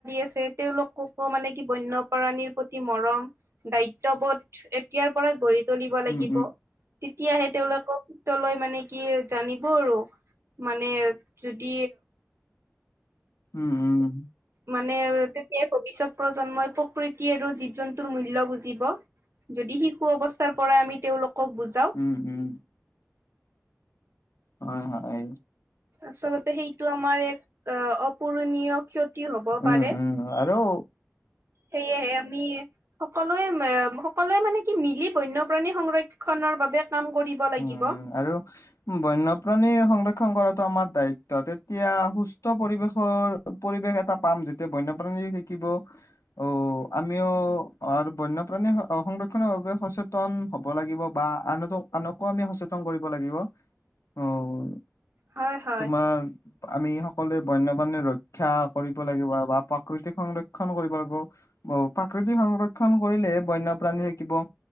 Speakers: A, on the right; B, on the left.
A: আছে, তেওঁলোককো মানে বন্যপ্ৰাণীৰ প্ৰতি মৰম, দায়িত্ববোধ এতিয়াৰ পৰা গঢ়ি তুলিব লাগিব,
B: উম উম
A: তেতিয়াহে তেওঁলোকক তলৈ মানে কি জানিব আৰু। মানে যদি
B: উম উম।
A: মানে তেতিয়াই ভৱিষ্যত প্ৰজন্মই প্ৰকৃতি আৰু জীৱ জন্তুৰ মূল্য বুজিব। যদি শিশু অৱস্থাৰ পৰা আমি তেওঁলোকক বুজাওঁ।
B: উম উম। হয় হয়।
A: আচলতে সেইটো আমাৰ এক অঁহ, অপূৰণীয় ক্ষতি হ'ব
B: উম
A: পাৰে।
B: উম আৰু
A: সেয়েহে আমি সকলোৱে সকলোৱে মানে কি, মিলি বন্যপ্ৰাণী সংৰক্ষনৰ বাবে কাম কৰিব লাগিব।
B: উম, আৰু বন্যপ্ৰাণী সংৰক্ষণ কৰাটো আমাৰ দায়িত্ব, তেতিয়া সু সুস্থ পৰিৱেশৰ, পৰিৱেশ এটা পাম যেতিয়া বন্যপ্ৰাণী থাকিব। অ, আমিও আৰু বন্যপ্ৰাণী সংৰক্ষণৰ বাবে সচে তন হ'ব লাগিব, বা আনকো আমি সচেতন কৰিব লাগিব, অঁহ,
A: হয় হয়
B: তোমাৰ আমি সকলোৱে বন্যপ্ৰাণী ৰক্ষা কৰিব লাগিব বা প্ৰাকৃতিক সংৰ ক্ষণ কৰিব লাগিব, ব প্ৰাকৃতিক সংৰক্ষণ কৰিলে বন্যপ্ৰাণী থাকিব।